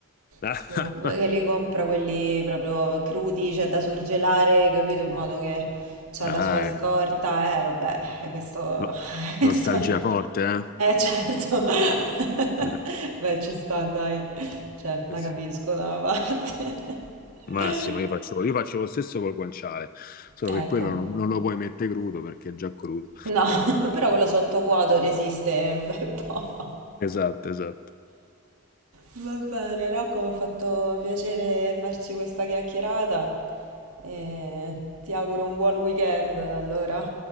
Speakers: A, on the left; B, on the right.
A: <laughs>
B: su- che li compra quelli proprio crudi, cioè da surgelare, capito? In modo che c'ha
A: Ah,
B: la sua scorta.
A: eh.
B: Eh, vabbè, eh, questo...
A: No-
B: <laughs> questo...
A: Nostalgia forte, eh?
B: Eh certo, <laughs>
A: Eh,
B: beh ci sta dai, cioè
A: Sì,
B: la
A: sì.
B: capisco da una parte. <laughs>
A: Massima, io faccio, io faccio lo stesso col guanciale, solo
B: Ecco,
A: che quello non, non lo puoi mettere crudo perché è già crudo.
B: no, <laughs> però quello sottovuoto resiste un bel po'.
A: Esatto, esatto.
B: Va bene, Rocco, mi ha fatto piacere farci questa chiacchierata e ti auguro un buon weekend allora.